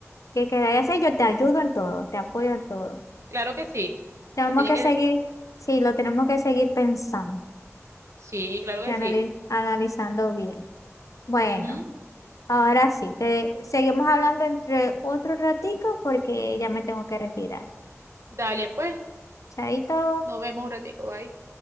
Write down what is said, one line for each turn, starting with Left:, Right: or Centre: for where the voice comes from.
Left: que queráis hacer. Yo te ayudo en todo, te apoyo en todo.
Right: claro que sí.
Left: Tenemos
Right: Me tiene
Left: que
Right: que,
Left: seguir, sí, lo tenemos que seguir pensando
Right: sí, claro que
Left: y anali-
Right: sí.
Left: analizando bien. Bueno,
Right: Ujú.
Left: ahora sí, te seguimos hablando entre otro ratico porque ya me tengo que retirar.
Right: Dale, pues,
Left: Chaito.
Right: nos vemos un ratico, bye.